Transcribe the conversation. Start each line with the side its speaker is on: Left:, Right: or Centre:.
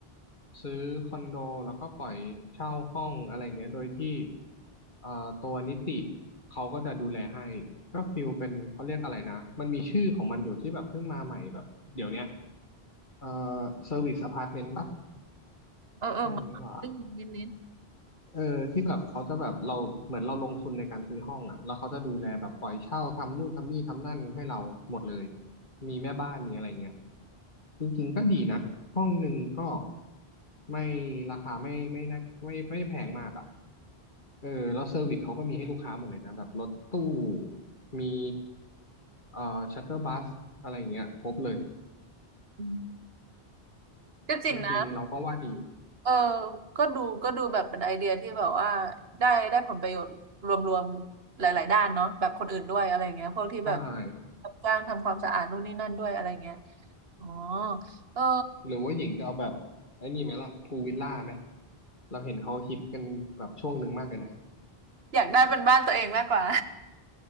Left: ซื้อคอนโดแล้วก็ปล่อยเช่าห้องอะไรเงี้ยโดยที่เอ่อตัวนิติเขาก็จะดูแลให้ก็ฟิลเป็นเขาเรียกอะไรนะมันมีชื่อของมันอยู่ที่แบบเพิ่งมาใหม่แบบเดี๋ยวเนี้ยเอ่อเซอร์วิสอพาร์ตเมนต์ปะ
Right: เออเออเหมือนได้ยินนิดนิด
Left: ใช่ไหมวะ เออที่แบบเขาจะแบบเราเหมือนเราลงทุนในการซื้อห้องอ่ะแล้วเขาจะดูแลแบบปล่อยเช่าทำนู่นทำนี่ทำนั่นให้เราหมดเลยมีแม่บ้านมีอะไรเงี้ยจริงๆก็ดีนะห้องหนึ่งก็ไม่ราคาไม่ไม่น่าไม่ไม่แพงมากอ่ะเออแล้วเซอร์วิสเขาก็มีให้ลูกค้าหมดเลยนะแบบรถตู้มีเอ่อชัตเตอร์บัสอะไรเงี้ยครบเลย
Right: อืมก็จริงนะ
Left: จริงๆเราก็ว่าดี
Right: เออก็ดูก็ดูแบบเป็นไอเดียที่แบบว่าได้ได้ผลประโยชน์รวมๆหลายๆด้านเนาะแบบคนอื่นด้วยอะไรเงี้ยพวกที่แบบ
Left: ใช่
Right: รับจ้างทำความสะอาดนู่นนี่นั่นด้วยอะไรเงี้ยอ๋อ เออ
Left: หรือว่าหญิงจะเอาแบบไอ้นี่ไหมล่ะพูวิลล่าไหมเราเห็นเขาฮิตกันแบบช่วงหนึ่งมากเลยนะ
Right: อยากได้เป็นบ้านตัวเองมากกว่า